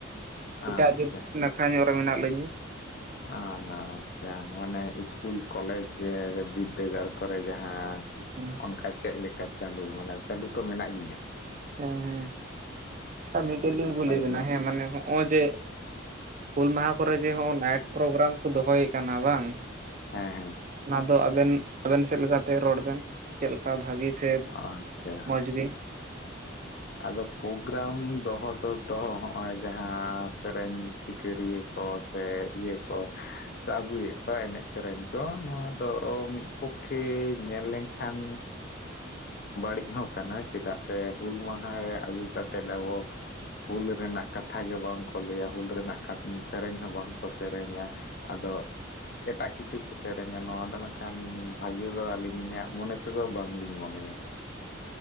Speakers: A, on the left; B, on the right.
A: ᱟᱪᱪᱷᱟ
B: ᱮᱴᱟᱜ ᱡᱟᱹᱛ ᱱᱟᱠᱷᱟ ᱧᱚᱜ ᱨᱮ ᱢᱮᱱᱟᱜ ᱞᱤᱧᱟᱹ᱾
A: ᱟ ᱦᱟᱸ ᱟᱪᱪᱷᱟ, ᱢᱟᱱᱮ ᱤᱥᱠᱩᱞ ᱠᱚᱞᱮᱡᱽ ᱨᱮ ᱵᱤᱫᱫᱟᱹᱜᱟᱲ ᱠᱚᱨᱮ ᱡᱟᱦᱟᱸ᱾
B: ᱦᱮᱸ
A: ᱚᱱᱠᱟ ᱪᱮᱫ ᱞᱮᱠᱟ ᱪᱟᱹᱞᱩ, ᱢᱟᱱᱮ ᱪᱟᱹᱞᱩ ᱛᱚ ᱢᱮᱱᱟᱜ ᱜᱮᱭᱟ?
B: ᱦᱮᱸ ᱦᱮᱸ ᱟᱪᱪᱷᱟ ᱢᱤᱫᱴᱮᱱ
A: ᱟᱹᱰᱤ
B: ᱞᱤᱧ
A: ᱱᱟᱯᱟᱭ
B: ᱠᱩᱞᱤ ᱵᱮᱱᱟ
A: ᱡᱤᱱᱤᱥ
B: ᱦᱮᱸ ᱢᱟᱱᱮ ᱦᱚᱜᱼᱚᱭ ᱡᱮ ᱦᱩᱞ ᱢᱟᱦᱟ ᱠᱚᱨᱮ ᱡᱮ ᱦᱚᱜ-ᱚᱭ ᱱᱟᱭᱤᱴ ᱯᱨᱳᱜᱨᱟᱢ ᱠᱚ ᱫᱚᱦᱚᱭᱮᱜ ᱠᱟᱱᱟ ᱵᱟᱝ?
A: ᱦᱮᱸ ᱦᱮᱸ ᱾
B: ᱚᱱᱟ ᱫᱚ ᱟᱵᱮᱱ-ᱟᱵᱮᱱ ᱥᱮᱫ ᱞᱮᱠᱟᱛᱮ ᱨᱚᱲ ᱵᱮᱱ ᱪᱮᱫ ᱞᱮᱠᱟ ᱵᱷᱟᱜᱤ ᱥᱮ
A: ᱟᱪᱪᱷᱟ ᱾
B: ᱢᱚᱸᱡᱽ ᱜᱮ
A: ᱟᱫᱚ ᱯᱨᱳᱜᱨᱟᱢ ᱫᱚᱦᱚ ᱫᱚᱛᱚ ᱦᱚᱜᱼᱚᱭ ᱡᱟᱦᱟᱸ ᱥᱮᱨᱮᱧ ᱪᱤᱠᱟᱹᱨᱤᱭᱟᱹ ᱠᱚ ᱥᱮ ᱤᱭᱟᱹ ᱠᱚ ᱟᱹᱜᱩᱭᱮᱫ ᱠᱚᱣᱟ ᱮᱱᱮᱡ ᱥᱮᱨᱮᱧ ᱠᱚ ᱱᱚᱣᱟ ᱫᱚ ᱢᱤᱫ ᱯᱚᱠᱠᱷᱮ ᱧᱮᱞ ᱞᱮᱱ ᱠᱷᱟᱱ ᱵᱟᱹᱲᱤᱡ ᱦᱚᱸ ᱠᱟᱱᱟ ᱪᱮᱫᱟᱜ ᱥᱮ ᱦᱩᱞ ᱢᱟᱦ <unintelligible> ᱟᱹᱜᱩ ᱠᱟᱛᱮᱫ ᱟᱵᱚ ᱦᱩᱞ ᱨᱮᱱᱟᱜ ᱠᱟᱛᱷᱟ ᱜᱮ ᱵᱟᱝᱠᱚ ᱞᱟᱹᱭᱟ, ᱦᱩᱞ ᱨᱮᱱᱟᱜ ᱥᱮᱨᱮᱧ ᱦᱚᱸ ᱵᱟᱝᱠᱚ ᱥᱮᱨᱮᱧᱟ ᱾ ᱟᱫᱚ ᱮᱴᱟᱜ ᱠᱤᱪᱷᱩ ᱠᱚ ᱥᱮᱨᱮᱧᱟ ᱱᱚᱣᱟ ᱫᱚ ᱱᱟᱜ ᱠᱷᱟᱱ ᱵᱷᱟᱜᱮ ᱫᱚ ᱟᱹᱞᱤᱧᱟᱜ ᱢᱚᱱᱮ ᱛᱮᱫᱚ ᱵᱟᱝ ᱞᱤᱧ ᱢᱚᱱᱮᱭᱟ ᱾